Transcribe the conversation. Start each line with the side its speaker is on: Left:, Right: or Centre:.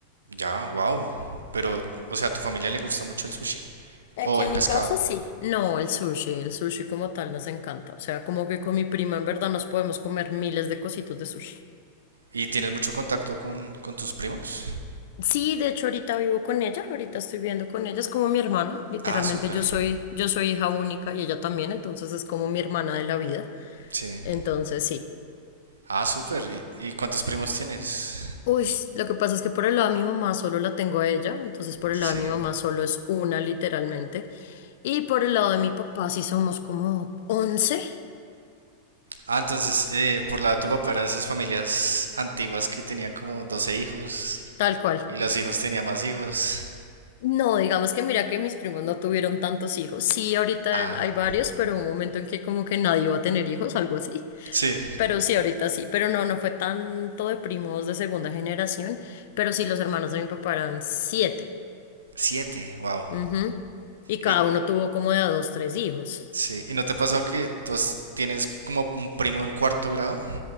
Right: Ya, wow. Pero, o sea, ¿a tu familia le gusta mucho el sushi
Left: Aquí
Right: o el
Left: en
Right: pescado?
Left: mi casa sí. No, el sushi, el sushi como tal nos encanta. O sea, como que con mi prima en verdad nos podemos comer miles de cositos de sushi.
Right: ¿Y tienes mucho contacto con, con tus primos?
Left: Sí, de hecho ahorita vivo con ella, ahorita estoy viviendo con ella, es como mi hermana, literalmente
Right: Ah, súper.
Left: yo soy, yo soy hija única y ella también, entonces es como mi hermana de la vida,
Right: Sí.
Left: entonces sí.
Right: Ah, súper. ¿Y, y cuántos primos tienes?
Left: Uy, lo que pasa es que por el lado de mi mamá solo la tengo a ella, entonces por
Right: Sí.
Left: el lado de mi mamá solo es una literalmente, y por el lado de mi papá sí somos como 11,
Right: Ah, entonces, eh, por la de tu papá era de esas familias antiguas que tenían como 12 hijos
Left: tal cual.
Right: y los hijos tenían más hijos.
Left: No, digamos que mira que mis primos no tuvieron tantos hijos, sí, ahorita
Right: Ah,
Left: hay varios, pero hubo un momento en que como que nadie iba a tener hijos, algo así.
Right: sí.
Left: Pero sí, ahorita sí, pero no, no fue tanto de primos de segunda generación, pero sí, los hermanos de mi papá eran siete.
Right: Siete, wow.
Left: Ujú. Y cada
Right: Y,
Left: uno tuvo como de a dos, tres hijos.
Right: sí. ¿Y no te ha pasado que tú has- tienes como un primo en cuarto grado?